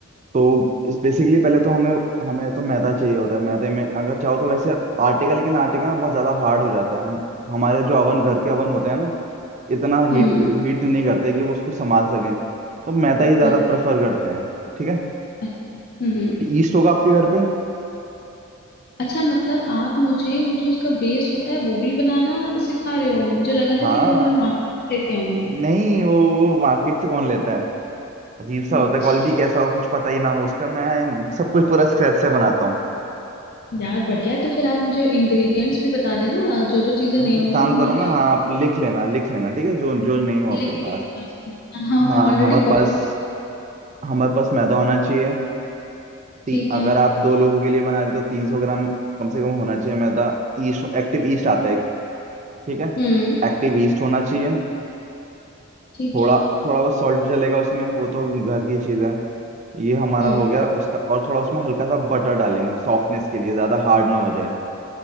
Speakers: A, on the right (about 35°); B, on the left (about 45°).
A: तो बेसिकली पहले तो हमें हमें तो मैदा चाहिए होता है मैदे में अगर चाहो तो वैसे आटे का लेकिन आटे का ना बहुत ज्यादा हार्ड हो जाता है हम हमारे जो अवन घर के अवन होते हैं ना इतना हीट
B: हम्म
A: हीट नहीं करते कि वो उसको संभाल सकें तो मैदा ही ज्यादा
B: ओके,
A: प्रेफर करते हैं ठीक है
B: अच्छा, हम्म हम्म
A: ईस्ट होगा आपके घर पे
B: अच्छा मतलब आप मुझे वो जो उसका बेस होता है वो भी बनाना सिखा रहे हो मुझे लगा
A: हाँ
B: था कि वो मैं मार्केट लेके आऊंगी
A: नहीं वो वो मार्केट से कौन लेता है अजीब सा होता
B: अच्छा
A: है क्वालिटी कैसा हो कुछ पता ही ना हो उसका मैं सब कुछ पूरा स्क्रैच से बनाता हूँ
B: यार बढ़िया है तो फिर आप मुझे इंग्रेडिएंट्स भी बता देना जो जो चीजें नहीं
A: आप एक
B: होंगी
A: काम
B: वो
A: करो
B: मैं ले
A: ना
B: आऊंगी
A: हाँ आप लिख लेना लिख लेना ठीक है जो जो नहीं हो
B: लिख
A: आपके पास
B: रही हूँ हाँ मैं
A: हाँ
B: ऑलरेडी
A: हमारे
B: कॉपी
A: पास हमारे पास मैदा होना चाहिए ती,
B: ठीक
A: अगर
B: है
A: आप दो लोगों के लिए बना रहे हो तो तीन सौ ग्राम कम से कम होना चाहिए मैदा ईस्ट एक्टिव ईस्ट आता है एक ठीक है
B: हम्म
A: एक्टिव ईस्ट होना चाहिए
B: ठीक
A: थोड़ा
B: है
A: थोड़ा बहुत सॉल्ट जलेगा उसमें वो तो घर की चीज़ है ये हमारा
B: हम्म
A: हो गया उसका और थोड़ा उसमें हल्का सा बटर डालेंगे सॉफ्टनेस के लिए ज़्यादा हार्ड ना हो जाए